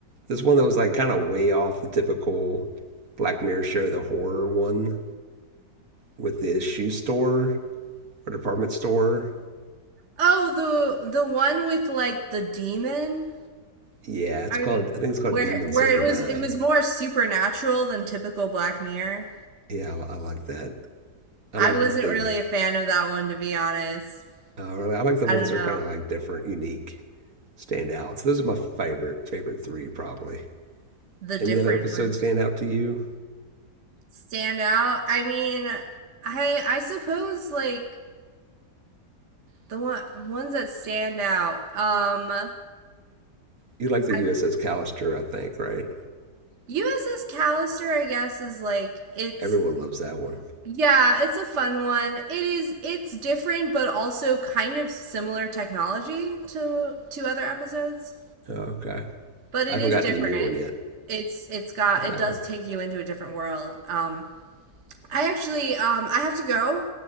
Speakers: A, on the right; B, on the right.
A: This one that was like kind of way off the typical Black Mirror show, the horror one with the shoe store or department store.
B: Oh, the the one with like the demon?
A: Yeah, it's
B: Are
A: called.
B: you-
A: I think it's called
B: where
A: Demon
B: where
A: Seventy
B: it was
A: Nine.
B: it was more supernatural than typical Black Mirror.
A: Yeah, I, I like that. I
B: I
A: like
B: wasn't
A: if they.
B: really a fan of that one to be honest.
A: Uh, I like the
B: I
A: ones
B: don't know,
A: that are kind of like different, unique, stand out. So those are my favorite favorite three probably.
B: the different
A: Any other episodes
B: ones
A: stand out to you?
B: stand out. I mean, I I suppose like the one, ones that stand out. Um,
A: You like the
B: I
A: USS
B: mean,
A: Callister, I think, right?
B: USS Callister, I guess, is like it's
A: Everyone loves that one.
B: yeah, it's a fun one. It is it's different, but also kind of similar technology to to other episodes,
A: Oh, okay,
B: but it
A: I haven't
B: is
A: got
B: different.
A: to the new one yet
B: It's it's got
A: of
B: it
A: that
B: does
A: one.
B: take you into a different world. Um, I actually um I have to go.